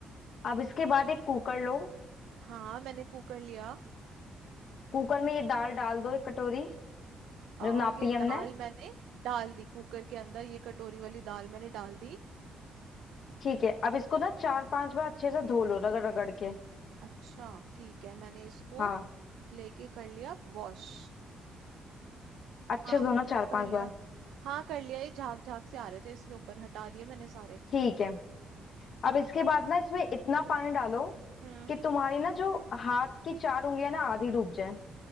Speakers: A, on the left; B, on the right.
A: अब इसके बाद एक कुकर लो
B: हाँ मैंने कुकर लिया
A: कुकर में ये दाल डाल दो एक कटोरी
B: आ,
A: जो नापी
B: ये
A: हमने
B: दाल मैंने डाल दी कुकर के अंदर ये कटोरी वाली दाल मैंने डाल दी
A: ठीक है अब इसको ना चार पांच बार अच्छे से धो लो रगड़ रगड़ के
B: अच्छा ठीक है मैंने इसको
A: हाँ
B: लेके कर लिया वॉश
A: अच्छे
B: हाँ
A: से धोना चार
B: कर
A: पांच
B: लिया
A: बार
B: हाँ कर लिया ये झाग झाग से आ रहे थे इसके ऊपर हटा दिए मैंने सारे
A: ठीक है अब इसके बाद ना इसमें इतना पानी डालो
B: हम्म
A: कि तुम्हारी ना जो हाथ की चार उंगलियां ना आधी डूब जाए